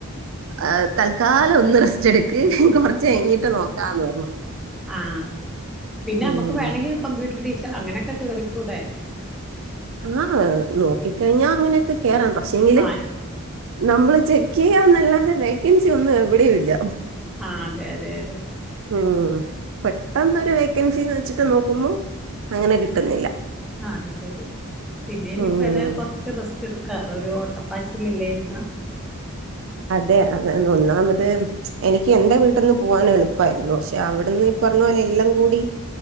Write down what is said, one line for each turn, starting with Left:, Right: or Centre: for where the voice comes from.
Right: ആഹ് തൽക്കാലം ഒന്ന് റെസ്റ്റ് എട്ക്ക് ഇൻക്ക് കൊറച്ച് കഴിഞ്ഞിട്ട് നോക്കാന്ന് പർഞ്ഞു
Centre: ആഹ് പിന്നെ
Right: ഉം.
Centre: നമ്മക്ക് വേണെങ്കി കമ്പ്യൂട്ടർ ടീച്ചർ അങ്ങനെക്കെ കേറിക്കൂടെ
Right: ആഹ് നോക്കിക്കഴിഞ്ഞാ അങ്ങനെക്കെ കേറാം പക്ഷേങ്കില്
Centre: ആ
Right: നമ്മള് ചെക്കെയ്യാന്നല്ലാതെ വേക്കൻസി ഒന്നും എവിടെയും ഇല്ല
Centre: ആഹ് അതെ അതെ അതെ
Right: ഉം പെട്ടെന്നൊരു വേക്കൻസീന്ന് വെച്ച്ട്ട് നോക്കുമ്പോ അങ്ങനെ കിട്ടുന്നില്ല
Centre: ആഹ് അത് ശരി പിന്നെ ഇനിയിപ്പോ
Right: ഉം
Centre: എതായാലും കൊർ കൊർച്ച് റെസ്റ്റ് എട്ക്കാ ഒരു ഓട്ടപ്പാച്ചിലല്ലേയ്ര്ന്നാ
Right: അതെ അതെ ഇത് ഒന്നാമത് എനിക്ക് എന്റെ വീട്ട്ന്ന് പോവാൻ എളുപ്പായിരുന്നു പക്ഷെ അവിട്ന്ന് പർഞ്ഞ പോലെ എല്ലാം കൂടി